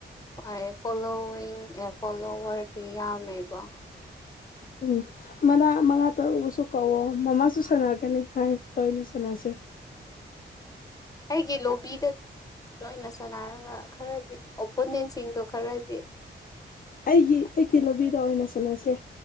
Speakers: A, on the left; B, on the left.
A: ꯑꯥꯢ ꯐꯣꯂꯣꯋꯤꯡ ꯑꯦ ꯐꯣꯂꯣꯋꯔꯗꯤ ꯌꯥꯝꯃꯦꯕ
B: ꯎꯝ ꯃꯅꯥ ꯃꯉꯥ ꯇꯔꯨꯛꯕꯨꯁꯨ ꯀꯧꯋꯣ ꯃꯃꯥꯁꯨ ꯁꯥꯟꯅꯒꯅꯤ ꯍꯥꯏ ꯂꯣꯢꯅ ꯁꯥꯟꯅꯁꯦ
A: ꯑꯩꯒꯤ ꯂꯣꯕꯤꯗꯣ ꯂꯣꯏꯅ ꯁꯥꯟꯅꯔꯒ ꯈꯔꯗꯤ ꯑꯣꯄꯣꯅꯦꯟꯁꯤꯡꯗꯣ ꯈꯔꯗꯤ
B: ꯑꯩꯒꯤ ꯑꯩꯒꯤ ꯂꯣꯕꯤꯗ ꯑꯣꯏꯅ ꯁꯥꯟꯅꯁꯦ